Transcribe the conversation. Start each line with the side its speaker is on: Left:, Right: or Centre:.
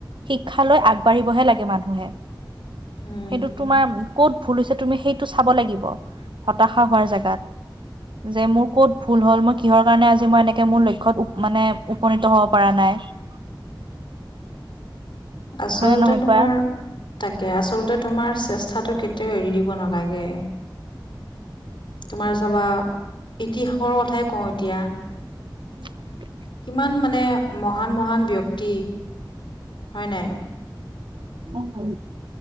Right: শিক্ষালৈ আগবাঢ় বাঢ়িবহে লাগে মানুহে।
Left: উম
Right: সেইটো তোমাৰ ক'ত ভুল হৈছে তুমি সেইটো চাব লাগিব হতাশা হোৱাৰ জেগাত। যে মোৰ কত ভুল হ'ল মই কিহৰ কাৰণে আজি মই এনেকে মোৰ লক্ষ্যত মানে উপনীত হব পৰা নাই। <unintelligible>
Left: আচলতে
Right: হয় নে নহয়
Left: তোমাৰ
Right: কোৱা
Left: তাকে আচলতে তোমাৰ চেষ্টাটো কেতিয়াও এৰি দিব নালাগে। তোমাৰ চাবা ইতিহাসৰ কথাই কওঁ এতিয়া।
Right: <inaudible>
Left: কিমান মানে মহান মহান ব্যক্তি, হয় নাই?
Right: উম উ।